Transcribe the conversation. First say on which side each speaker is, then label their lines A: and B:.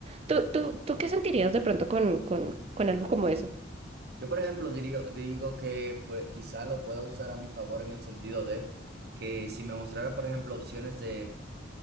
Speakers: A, on the right (about 30°); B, on the right (about 55°).
A: tú, tú, tú qué sentirías de pronto con, con, con algo como eso?
B: Yo, por ejemplo, diría- digo que pues, quizá lo pueda usar a mi favor en el sentido de que si me mostrara, por ejemplo, opciones de